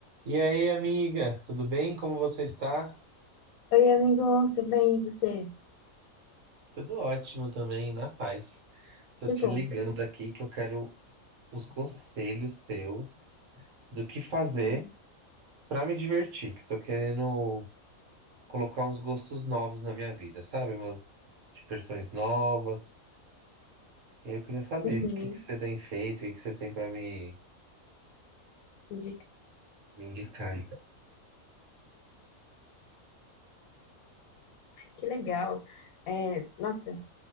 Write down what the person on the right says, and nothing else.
E aí, amiga, tudo bem? Como você está?
Tudo ótimo também, na paz. Tô
te
ligando aqui que eu quero uns conselhos seus do que fazer
pra me divertir, que tô querendo colocar uns gostos novos na minha vida, sabe? Umas diversões novas. E eu queria saber
o que que você tem feito, o que que você tem pra me,
me indicar. aí.